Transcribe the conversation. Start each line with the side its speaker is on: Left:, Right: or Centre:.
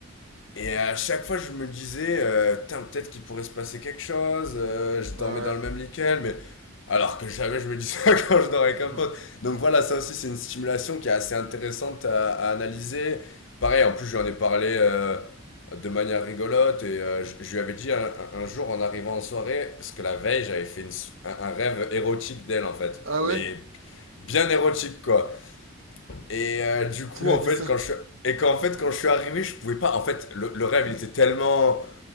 Left: Et à chaque fois, je me disais, euh, Tain, peut-être qu'il pourrait se passer quelque chose. euh, je dormais
Right: Ouais, ouais.
Left: dans le même lit qu'elle, mais alors que jamais je me dis ça <laughs> quand je
Right: <laughs>
Left: dormais avec un pote. Donc voilà, ça aussi, c'est une stimulation qui est assez intéressante à, à analyser. Pareil, en plus, j'en ai parlé euh, de manière rigolote et euh, je, je lui avais dit un, un- un jour en arrivant en soirée, parce que la veille, j'avais fait une s- un, un rêve érotique d'elle en fait,
Right: Ah
Left: mais
Right: ouais?
Left: bien érotique quoi. Et euh, du coup,
Right: Tu m'as
Left: en
Right: dit
Left: fait,
Right: ça?
Left: quand je suis... Et qu'en fait, quand je suis arrivé, je pouvais pas... En fait, le, le rêve, il était tellement...